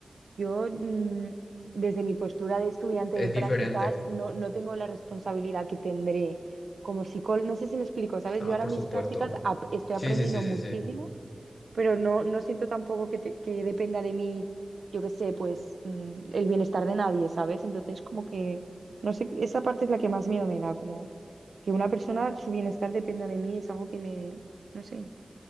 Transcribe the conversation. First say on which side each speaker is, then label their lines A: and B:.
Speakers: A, on the right; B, on the left.
A: yo mm, desde mi postura de estudiante
B: Es
A: de prácticas
B: diferente.
A: no, no tengo la responsabilidad que tendré como psicólogo. No sé si me explico, ¿sabes?
B: Ah,
A: Yo ahora
B: por
A: mis
B: supuesto.
A: prácticas ap- estoy
B: Sí,
A: aprendiendo
B: sí, sí,
A: muchísimo,
B: sí, sí.
A: pero no, no siento tampoco que, te- que dependa de mí, yo qué sé, pues mm, el bienestar de nadie, ¿sabes? Entonces como que, no sé, esa parte es la que más miedo me da, como que una persona, su bienestar dependa de mí, es algo que me, no sé,